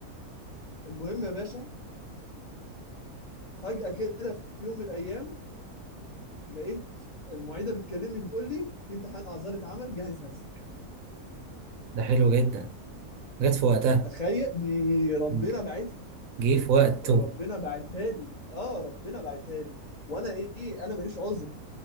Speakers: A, on the left; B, on the right.
A: المهم يا باشا فجاه كده في يوم من الايام لقيت المعيده بتكلمني بتقول لي في امتحان اعذار اتعمل جهز نفسك
B: ده حلو جدا جت في وقتها
A: تخيل دي ربنا
B: مم.
A: بعتها
B: جه في وقته
A: ده ربنا بعتها لي اه ربنا بعتها لي وانا ايه انا ماليش عذر